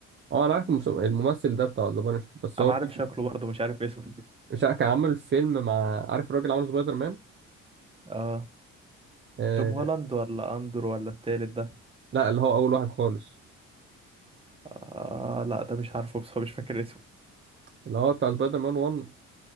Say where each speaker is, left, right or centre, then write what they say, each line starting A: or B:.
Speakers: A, on the right (about 40°); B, on the right (about 20°).
A: اه انا عارف المس- الممثل ده بتاع ذا بانشر بس
B: انا
A: هو في-
B: عارف شكله برضه مش عارف اسمه
A: مش عارف كان عامل فيلم مع عارف الراجل اللي عمل سبايدر مان
B: <laughs> اه
A: آه
B: توم هولاند ولا اندر ولا التالت ده
A: لا اللي هو اول واحد خالص
B: آه لا ده مش عارفه بس مش فاكر اسمه
A: اللي هو بتاع سبايدر مان 1